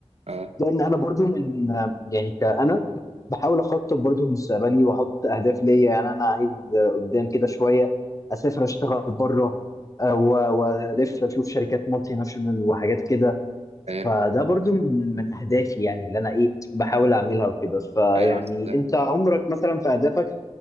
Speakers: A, on the right; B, on the left.
A: اه
B: لان انا برضو من يعني كأنا بحاول اخطط برضو لمستقبلي واحط اهداف ليا يعني انا عايز قدام كده شويه اسافر اشتغل بره والف اشوف شركات مالتي ناشونال وحاجات كده
A: حلو
B: فده برضو من من اهدافي يعني اللي انا ايه بحاول اعملها وكده فيعني
A: حلو ده
B: انت عمرك مثلا في اهدافك